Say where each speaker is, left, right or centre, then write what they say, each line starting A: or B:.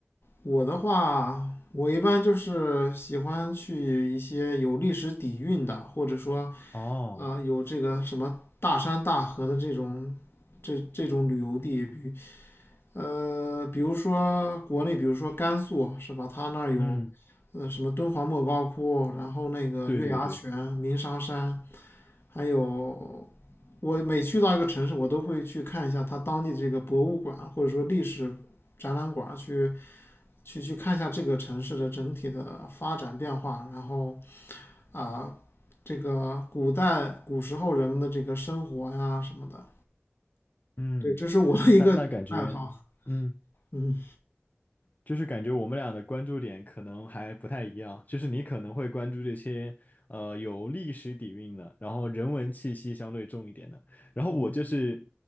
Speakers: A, on the left; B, on the left.
A: 我的话，我一般就是喜欢去一些有历史底蕴的，或者说
B: 哦，
A: 啊、呃有这个什么大山大河的这种这这种旅游地，比呃，比如说国内，比如说甘肃是吧？它那儿有，
B: 嗯，
A: 呃，什么敦煌莫高窟，然后那个月牙泉、
B: 对对对，
A: 鸣沙山，还有我每去到一个城市，我都会去看一下它当地的这个博物馆，或者说历史展览馆，去去去看一下这个城市的整体的发展变化，然后啊、这个古代古时候人们的这个生活呀什么的，
B: 嗯，
A: 对，这是我的一个爱好。
B: 那那感觉，嗯。
A: 嗯
B: 就是感觉我们俩的关注点可能还不太一样，就是你可能会关注这些呃有历史底蕴的，然后人文气息相对重一点的，然后我就是
A: 嗯，